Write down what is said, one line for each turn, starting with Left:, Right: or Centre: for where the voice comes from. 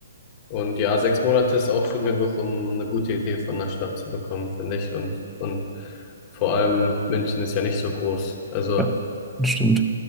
Left: und ja, sechs Monate ist auch schon genug, um eine gute Idee von der Stadt zu bekommen, finde ich. Und, und vor allem München ist ja nicht so groß. Also
Centre: Ja, das stimmt.